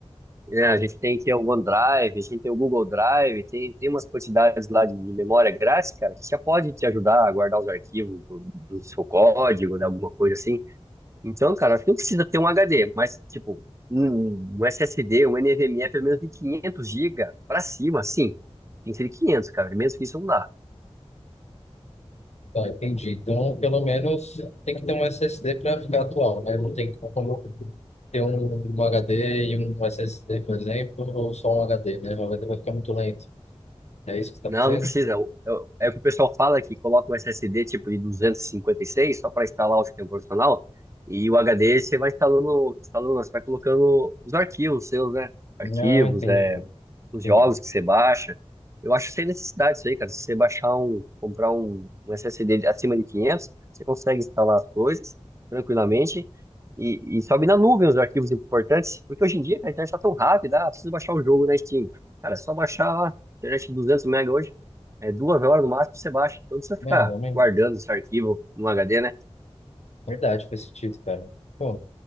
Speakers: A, on the right (about 25°); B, on the left (about 80°).
A: né? a gente tem que o OneDrive, a gente tem o Google Drive, tem, tem umas quantidades lá de memória grátis, cara, que já pode te ajudar a guardar os arquivos do, do seu código, né, alguma coisa assim. Então, cara, acho que não precisa ter um HD, mas, tipo, um, um SSD, um NVMe, pelo menos de 500 GB para cima, sim. Tem que ser de 500, cara, menos que isso não dá.
B: Tá, entendi. Então, pelo menos tem que ter um SSD para ficar atual, né? Não tem como ter um, um HD e um SSD, por exemplo, ou só um HD, né? O HD vai ficar muito lento. É isso que você
A: Não,
B: está dizendo?
A: não precisa. O- É é o que o pessoal fala que coloca um SSD tipo de duzentos e e cinquenta e seis só para instalar o sistema operacional e o HD você vai instalando, instalando, você vai colocando os arquivos seus, né? Arquivos,
B: Não, entendi.
A: é, os
B: Entendi.
A: jogos que você baixa. Eu acho sem necessidade isso aí, cara. Se você baixar um, comprar um, um SSD de- acima de 500, você consegue instalar as coisas tranquilamente e, e sobe na nuvem os arquivos importantes, porque hoje em dia cara, a internet está tão rápida, ah, preciso baixar o jogo na Steam. Cara, é só baixar lá, internet de 200 mega hoje, é duas horas no máximo você baixa. Então não precisa ficar
B: É, realmente.
A: guardando esse arquivo no HD, né?
B: Verdade, faz sentido, cara. Pô,